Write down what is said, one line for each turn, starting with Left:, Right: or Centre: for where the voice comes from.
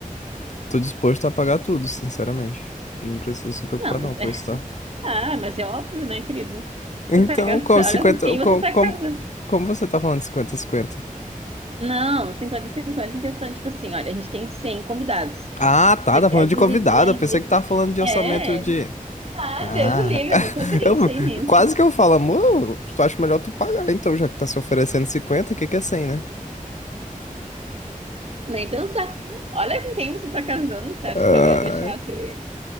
Left: Tô disposto a pagar tudo, sinceramente. Não precisa se preocupar,
Right: Não,
Left: não, com
Right: é,
Left: isso, tá?
Right: <laughs> ah, mas é óbvio, né, querido?
Left: Então,
Right: Tu tá gastando,
Left: como 50,
Right: olha com quem
Left: Como,
Right: você tá
Left: como,
Right: casando,
Left: como você tá falando de 50-50?
Right: Não, 50-50 em questão, tipo assim, olha, a gente tem 100 convidados.
Left: Ah, tá,
Right: Você
Left: tá
Right: quer
Left: falando de
Right: dividir
Left: convidado.
Right: a
Left: Eu pensei
Right: lista?
Left: que tava falando de orçamento
Right: É.
Left: de.
Right: Ah,
Left: Ah,
Right: Deus o livre, eu nunca
Left: <laughs>
Right: pensei
Left: eu,
Right: nisso.
Left: quase que eu falo, amor, tu acha melhor tu pagar, então, já que tá se oferecendo cinquenta, o que que é cem, né?
Right: Nem pensar. Olha com quem você tá casando, você acha
Left: Ah,
Right: que eu ia deixar você?